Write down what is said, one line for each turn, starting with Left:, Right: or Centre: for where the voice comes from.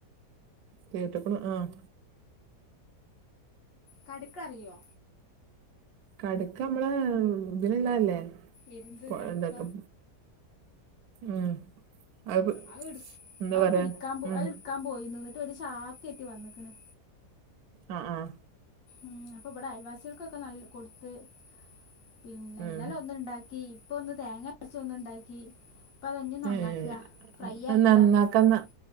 Right: കേട്ടൂക്കുണു ആഹ്
Left: കടുക്ക അറിയോ
Right: കടുക്ക നമ്മള ഇതിലുള്ളല്ലേ
Left: എരുന്ത്
Right: പൊ
Left: കടുക്ക
Right: എന്താകും ഉം അത് പ്-
Left: അതിട്
Right: എന്താ
Left: അത്
Right: പറയാ
Left: പിടിക്കാ പോ
Right: ഉം
Left: അത്ടുക്കാൻ പോയിന്ന് നിട്ട് ഒരു ചാക്കേറ്റി വന്നക്കണ്
Right: ആ ആഹ്
Left: മ് അപ്പ ഇവിടെ അയൽവാസികൾക് ക്കൊക്കെ നല് കൊടുത്ത്. പിന്നെഇന്നലെ
Right: ഉം
Left: ഒന്നുണ്ടാക്കി ഇപ്പോ ഒന്ന് തേങ്ങ അരച്ച് ഒന്നുണ്ടാക്കി ഇപ്പോ അത് ഇഞ്ഞ് നന്നാക്കുക
Right: ഏഹ്
Left: ഫ്രൈ
Right: അത്
Left: ആക്കുകായിരുന്നങ്ങോട്ട്
Right: നന്നാക്കാൻ